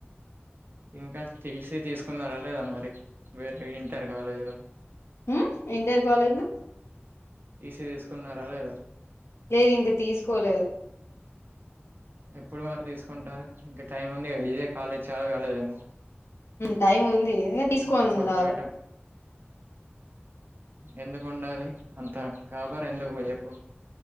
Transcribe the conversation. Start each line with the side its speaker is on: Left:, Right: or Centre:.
Right: ఇంక టీసి తీసుకున్నార లేదా మరి వేరే ఇంటర్ కాలేజ్ లో
Left: ఉ ఇంటర్ కాలేజ్ లో
Right: టి సి తీసుకున్నారా లేద
Left: లేదు ఇంక తీసుకోలేదు
Right: ఎప్పుడు మరి తీసుకుంటారు ఇంక టైం ఉంది ఇదే కాలెజ్ <unintelligible> కాలేదేమో
Left: టైం ఉంది <unintelligible> తీసుకొని
Right: ఇంకా అప్పుడు
Left: ఉండాలే
Right: పోయేటప్పుడు ఎందుకు ఉండాలి అంత గాబర్ ఎందుకు చెప్పు